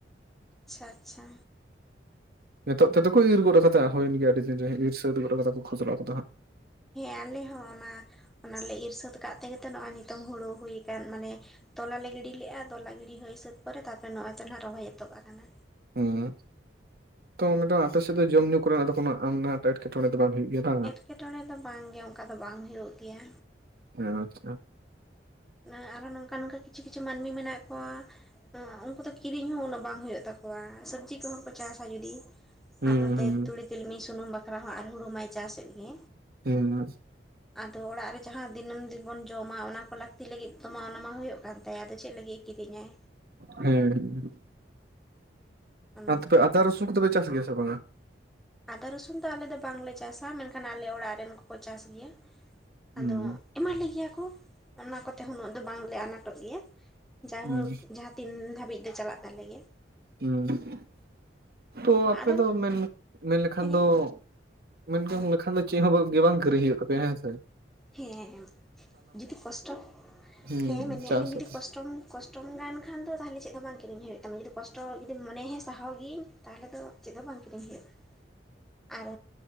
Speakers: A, in the centre; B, on the right (about 55°).
A: ᱟᱪᱪᱷᱟ ᱟᱪᱪᱷᱟ᱾
B: ᱱᱤᱛᱚᱜ ᱛᱮᱫᱚ ᱠᱚ ᱤᱨ ᱜᱚᱫ ᱠᱟᱫᱟ ᱦᱩᱭᱮᱱ ᱜᱮᱭᱟ ᱟᱹᱰᱤ ᱫᱤᱱ ᱨᱮ, ᱤᱨ ᱥᱟᱹᱛ ᱜᱚᱫ ᱠᱟᱫᱟ ᱠᱚ ᱠᱷᱚᱥᱞᱟ ᱠᱚᱫᱚ ᱦᱟᱸᱜ᱾
A: ᱦᱮᱸ ᱟᱞᱮ ᱦᱚᱸ ᱚᱱᱟ, ᱚᱱᱟᱞᱮ ᱤᱨ ᱥᱟᱹᱛ ᱠᱟᱜ ᱛᱮᱜᱮ ᱱᱚᱜᱼᱚᱭ ᱱᱤᱛᱚᱝ ᱦᱳᱲᱳ ᱦᱩᱭ ᱟᱠᱟᱱ ᱢᱟᱱᱮ ᱛᱚᱞᱟ ᱞᱮ ᱜᱤᱰᱤ ᱞᱮᱜ-ᱟ ᱛᱚᱞᱟ ᱜᱤᱰᱤ ᱦᱩᱭ ᱥᱟᱹᱛ ᱯᱚᱨᱮ ᱛᱟᱨᱯᱚᱨᱮ ᱱᱚᱜ-ᱚᱭ ᱛᱚ ᱱᱟᱦᱟᱜ ᱨᱚᱦᱚᱭ ᱮᱛᱚᱦᱚᱵ ᱟᱠᱟᱱᱟ᱾
B: ᱦᱩᱸ ᱛᱚ ᱢᱤᱫᱴᱟᱝ ᱟᱯᱮ ᱥᱮᱫ ᱫᱚ ᱡᱚᱢ ᱧᱩ ᱠᱚᱨᱮᱱᱟᱜ ᱫᱚ ᱠᱳᱱᱳ ᱟᱱᱟᱴ ᱴᱮᱴᱠᱮᱴᱚᱬᱮ ᱫᱚ ᱵᱟᱝ ᱦᱩᱭᱩᱜ ᱜᱮᱭᱟ ᱵᱟᱝ?
A: ᱮᱴᱠᱮᱴᱚᱬᱮ ᱫᱚ ᱵᱟᱝ ᱜᱮ ᱚᱱᱠᱟ ᱫᱚ ᱵᱟᱝ ᱦᱩᱭᱩᱜ ᱜᱮᱭᱟ᱾
B: ᱟᱪᱪᱷᱟ᱾
A: ᱱᱟᱜ ᱟᱨᱦᱚᱸ ᱱᱚᱝᱠᱟ ᱱᱚᱝᱠᱟ ᱠᱤᱪᱷᱩ ᱠᱤᱪᱷᱩ ᱢᱟᱹᱱᱢᱤ ᱢᱮᱱᱟᱜ ᱠᱚᱣᱟ ᱩᱱᱠᱩ ᱫᱚ ᱠᱤᱨᱤᱧ ᱦᱚᱸ ᱩᱱᱳ ᱵᱟᱝ ᱦᱩᱭᱩᱜ ᱛᱟᱠᱚᱣᱟ, ᱥᱚᱵᱽᱡᱤ ᱠᱚᱦᱚᱸ ᱠᱚ ᱪᱟᱥ-ᱟ ᱡᱩᱫᱤ
B: ᱦᱩᱸ
A: ᱟᱨ ᱱᱚᱛᱮ
B: ᱦᱩᱸ
A: ᱛᱩᱲᱤ ᱛᱤᱞᱢᱤᱧ ᱥᱩᱱᱩᱢ ᱵᱟᱠᱷᱨᱟ ᱦᱚᱸ ᱟᱨ ᱦᱩᱲᱩ ᱢᱟᱭ ᱪᱟᱥ ᱮᱫ ᱜᱮ
B: ᱦ
A: ᱟᱫᱚ ᱚᱲᱟᱜ ᱨᱮ ᱡᱟᱦᱟᱸ ᱫᱤᱱᱟᱹᱢ ᱫᱤᱱᱵᱚᱱ ᱡᱚᱢᱟ ᱚᱱᱟ ᱠᱚ ᱞᱟᱹ ᱛᱤ ᱞᱟᱹᱜᱤᱫ ᱛᱚ ᱢᱟ ᱚᱱᱟ ᱢᱟ ᱦᱩᱭᱩᱜ ᱠᱟᱱ ᱛᱟᱭᱟ ᱟᱫᱚ ᱪᱮᱫ ᱞᱟᱹᱜᱤᱫ ᱮ ᱠᱤᱨᱤᱧᱟᱭ?
B: ᱦᱩᱸ᱾
A: ᱚᱱᱮ
B: ᱟᱨ
A: ᱚᱱᱠᱟ
B: ᱛᱚᱯᱮ ᱟᱫᱟ ᱨᱚᱥᱩᱱ ᱠᱚᱫᱚ ᱯᱮ ᱪᱟᱥ ᱜᱮᱭᱟ ᱥᱮ ᱵᱟᱝᱟ?
A: ᱟᱫᱟ ᱨᱚᱥᱩᱱ ᱫᱚ ᱟᱞᱮ ᱫᱚ ᱵᱟᱝᱞᱮ ᱪᱟᱥᱟ ᱢᱮᱱᱠᱷᱟᱱ ᱟᱞᱮ ᱚᱲᱟᱜ ᱨᱮᱱ ᱠᱚᱠᱚ ᱪᱟᱥ ᱜᱮᱭᱟ᱾
B: ᱦᱩᱸ
A: ᱟᱫᱚ ᱮᱢᱟ ᱞᱮ ᱜᱮᱭᱟ ᱠᱚ, ᱚᱱᱟ ᱠᱚᱛᱮ ᱩᱱᱟᱹᱜ ᱦᱚᱸ ᱵᱟᱝᱞᱮ ᱟᱱᱟᱴᱚᱜ ᱜᱮᱭᱟ᱿ ᱡᱟᱭᱦᱳᱠ
B: ᱦᱩᱸ
A: ᱡᱟᱦᱟᱸ ᱛᱤᱱ ᱫᱷᱟᱹᱵᱤᱡ ᱫᱚ ᱪᱟᱞᱟᱜ ᱛᱟᱞᱮ ᱜᱮᱭᱟ ᱾
B: ᱦᱩᱸ ᱛᱚ ᱟᱯᱮ
A: ᱟᱫᱚ
B: ᱫᱚ ᱢᱮᱱ ᱢᱮᱱ ᱞᱮᱠᱷᱟᱱ
A: ᱦᱮᱸ
B: ᱫᱚ ᱢᱮᱱ ᱡᱚᱝ ᱞᱮᱠᱷᱟᱱᱮ ᱪᱮᱜ ᱦᱚᱸ ᱵᱟᱜ ᱜᱮ ᱵᱟᱝ ᱠᱤᱨᱤᱧ ᱦᱩᱭᱩᱜ ᱛᱟᱯᱮᱭᱟ ᱦᱮᱸ ᱥᱮ ᱾
A: ᱦᱮᱸ ᱮᱢ ᱡᱩᱫᱤ ᱠᱚᱥᱴᱚ
B: ᱦᱩᱸ
A: ᱦᱮᱸ ᱢᱮᱱᱮᱜ
B: ᱪᱟᱥ
A: ᱞᱤᱧ ᱡᱩᱫᱤ
B: ᱟᱯᱮ᱾
A: ᱠᱚᱥᱴᱚᱢ ᱠᱚᱥ ᱴᱚᱢ ᱜᱟᱱ ᱠᱷᱟᱱ ᱫᱚ ᱛᱟᱦᱚᱞᱮ ᱪᱮᱫ ᱦᱚᱸ ᱵᱟᱝ ᱠᱤᱨᱤᱧ ᱦᱩᱭᱩᱜ ᱛᱟᱢᱟ ᱡᱩᱫᱤ ᱠᱚᱥᱴ ᱡᱩᱫᱤᱢ ᱢᱚᱱᱮ ᱦᱮᱸ ᱥᱟᱦᱟᱣ ᱜᱤᱭᱟᱹᱧ ᱛᱟᱦᱚᱞᱮ ᱫᱚ ᱪᱮᱫ ᱦᱚᱸ ᱵᱟᱝ ᱠᱤᱨᱤᱧ ᱦᱩᱭᱩᱜᱼᱟ ᱾
B: <inaudible>
A: ᱟᱨ